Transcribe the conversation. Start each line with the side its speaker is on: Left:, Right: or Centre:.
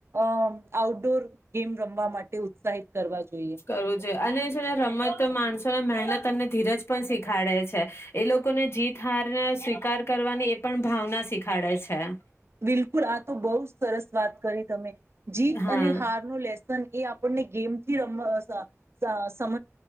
Right: અ આઉટડોર ગેમ રમવા માટે ઉત્સાહિત કરવા જોઈએ.
Left: કરવું અને જેને રમત માણસોને મહેનત અને ધીરજ પણ શીખાડે છે, એ લોકોને જીત હાર ને સ્વીકાર કરવાની એ પણ ભાવના શીખાડે છે.
Right: બિલકુલ આ તો બહુ સરસ વાત કરી તમે જીત
Left: હા
Right: અને હાર ન લે વન એ આપણને ગેમ <unintelligible> રમ સા સ સમ.